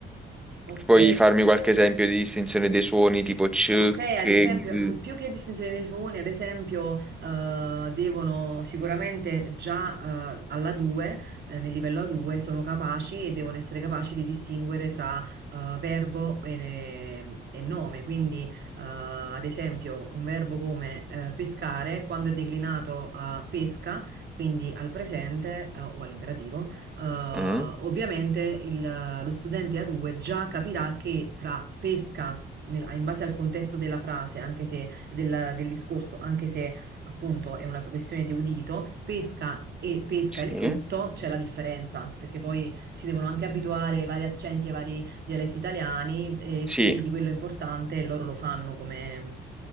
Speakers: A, on the right; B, in the centre.
A: Ok.
B: puoi farmi qualche esempio di distinzione dei suoni tipo c,
A: Ok, ad
B: che,
A: esempio,
B: g?
A: mh, più che distinzione dei suoni, ad esempio, eh, devono sicuramente già eh, alla 2, eh, nel livello A2, sono capaci e devono essere capaci di distinguere tra eh, verbo e, e nome. Quindi, eh, ad esempio, un verbo come eh, pescare, quando è declinato a pesca, quindi al presente eh, o all'imperativo, eh, ovviamente
B: Mm?
A: il- lo studente A2 già capirà che tra pesca nel- in base al contesto della frase, anche se del, del discorso, anche se appunto è una questione di udito, pesca e pesca
B: Sì.
A: il frutto, c'è la differenza, perché poi si devono anche abituare ai vari accenti e ai vari dialetti italiani e
B: Sì,
A: quindi quello è importante e loro lo fanno come,